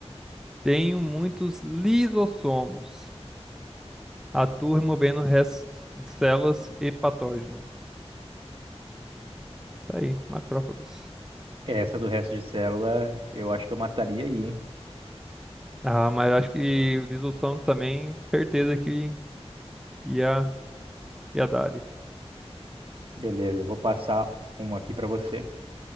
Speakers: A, in the centre; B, on the right (about 55°).
A: Tenho muitos lisossomos. Atuo removendo restos de células e patógenos. Tá aí, macrófagos.
B: Essa do resto de célula, eu acho que eu mataria aí, hein?
A: Ah, mas acho que o lisossomos também, certeza que ia, ia dar ali.
B: Beleza, vou passar uma aqui para você.